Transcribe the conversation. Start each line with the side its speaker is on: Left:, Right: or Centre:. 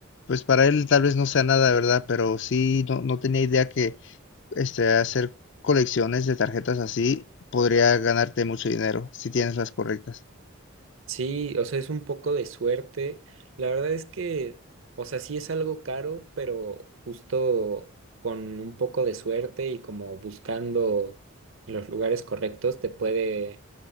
Left: pues para él tal vez no sea nada, ¿verdad? Pero sí, no, no tenía idea que este, hacer colecciones de tarjetas así podría ganarte mucho dinero si tienes las correctas.
Right: Sí, o sea, es un poco de suerte. La verdad es que, o sea, sí es algo caro, pero justo con un poco de suerte y como buscando en los lugares correctos, te puede